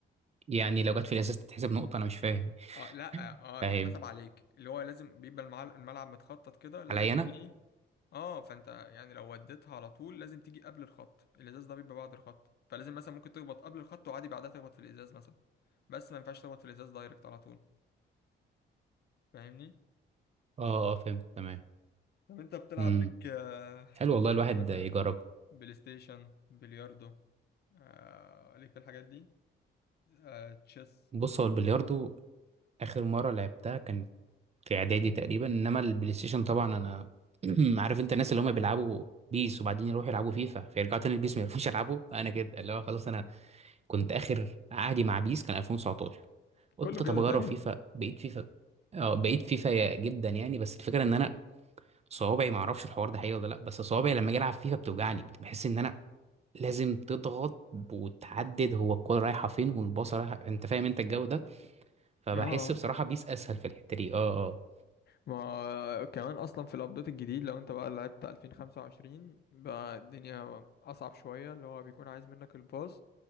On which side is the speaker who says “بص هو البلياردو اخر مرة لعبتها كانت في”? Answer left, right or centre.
Right